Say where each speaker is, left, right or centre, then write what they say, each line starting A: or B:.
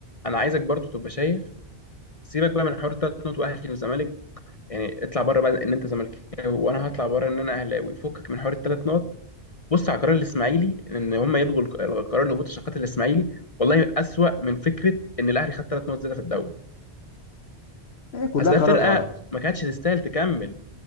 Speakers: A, on the left; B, on the left.
A: انا عايزك برضو تبقى شايف سيبك بقى من حوار التلات نقط واهلي وزمالك يعني اطلع بره بقى ان انت زملكاوي وانا هطلع بره ان انا اهلاوي فكك من حوار التلات نقط بص على قرار الاسماعيلي ان هم يلغوا الق- القرار اللي هبوط الشقات الاسماعيلي والله اسوأ من فكره ان الاهلي خد ثلاث نقط زياده في الدوري
B: هي كلها
A: اصل
B: قرارات
A: ده فرقه
B: غلط
A: ما كانتش تستاهل تكمل